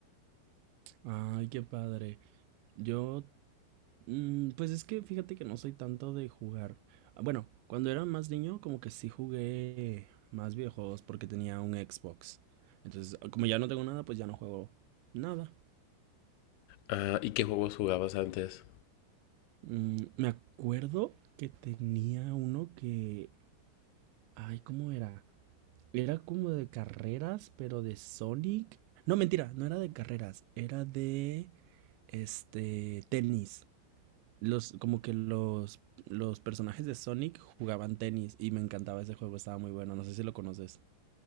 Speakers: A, on the right (about 85°); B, on the left (about 75°).
A: Ay, qué padre. Yo... mm, pues es que fíjate que no soy tanto de jugar. Ah, Bueno, cuando era más niño como que sí jugué más videojuegos porque tenía un Xbox. Entonces, como ya no tengo nada, pues ya no juego nada.
B: Ah, ¿y qué juegos jugabas antes?
A: Mm, me acuerdo que tenía uno que... Ay, ¿cómo era? Era como de carreras, pero de Sonic. No, mentira, no era de carreras, era de este tenis. Los, como que los, los personajes de Sonic jugaban tenis y me encantaba ese juego, estaba muy bueno, no sé si lo conoces.